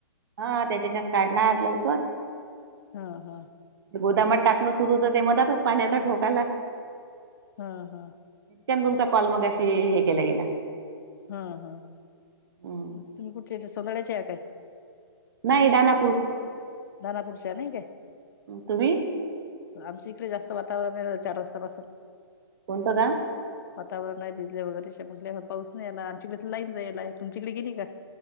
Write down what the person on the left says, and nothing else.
हा हा.
हा हा.
ह ह,
तुम्ही कुठचे <unintelligible> काय?
दानापूरच्या नाई काय?
आमच्या इकडं जास्त वातावरणय, चार वाजतापासून
वातावरणाय भिजले वगैरे <unintelligible> पाऊस नाय आला आमच्याकडे तर लाईन जायला आहे तुमच्याकडे गेली का?